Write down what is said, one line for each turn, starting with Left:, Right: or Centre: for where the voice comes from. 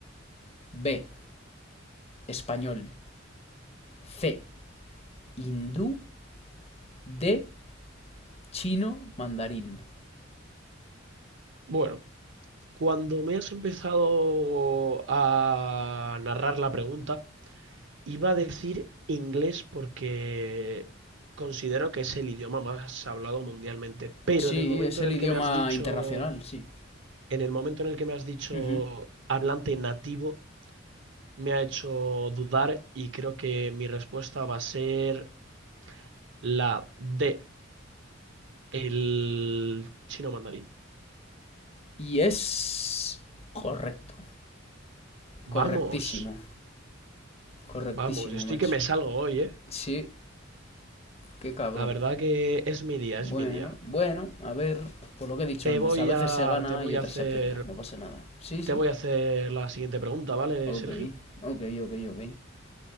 Left: B. Español. C. Hindú. D. Chino mandarín.
Right: Bueno, cuando me has empezado a narrar la pregunta, Iba a decir inglés porque considero que es el idioma más hablado mundialmente, pero
Left: Sí,
Right: en el momento
Left: es el
Right: en el
Left: idioma
Right: que me has dicho,
Left: internacional, sí.
Right: en el momento en el que me has dicho
Left: Ujú.
Right: hablante nativo, me ha hecho dudar y creo que mi respuesta va a ser la D, el chino mandarín.
Left: Y es correcto, correctísimo,
Right: Vamos,
Left: correctísimo,
Right: vamos, estoy
Left: macho.
Right: que me salgo hoy, ¿eh?
Left: Sí, qué cabrón.
Right: La verdad que es mi día,
Left: Bueno,
Right: es mi día.
Left: bueno, a ver, por lo que he dicho
Right: Te
Left: antes,
Right: voy
Left: a veces
Right: a,
Left: se gana
Right: te voy
Left: y otras
Right: a hacer,
Left: se aprende, no pasa nada. Sí, sí,
Right: te voy a hacer la siguiente pregunta, ¿vale,
Left: ok,
Right: Sergio?
Left: ok, ok, ok.